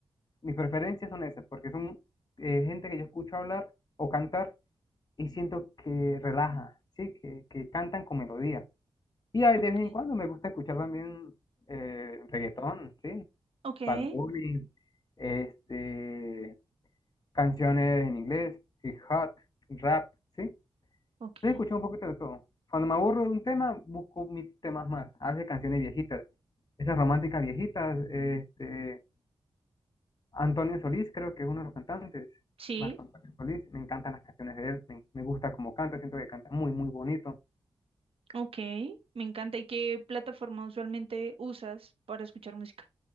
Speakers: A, on the left; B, on the right.
A: Mis preferencias son esas, porque son eh, gente que yo escucho hablar o cantar y siento que relaja, ¿sí? Que, que cantan con melodía. Y hay
B: ok,
A: de vez en cuando me gusta escuchar también eh, reggaetón, ¿sí?
B: ok,
A: Bad Bunny, este, canciones en inglés, hip hop, rap, ¿sí? Entonces
B: ok.
A: escucho un poquito de todo. Cuando me aburro de un tema, busco mis temas más. A veces canciones viejitas, esas románticas viejitas, este Antonio Solís, creo que es uno de los cantantes.
B: Sí,
A: Marco Antonio Solís, me encantan las canciones de él, me, me gusta cómo canta, siento que canta muy, muy bonito.
B: ok, me encanta. ¿Y qué plataforma usualmente usas para escuchar música?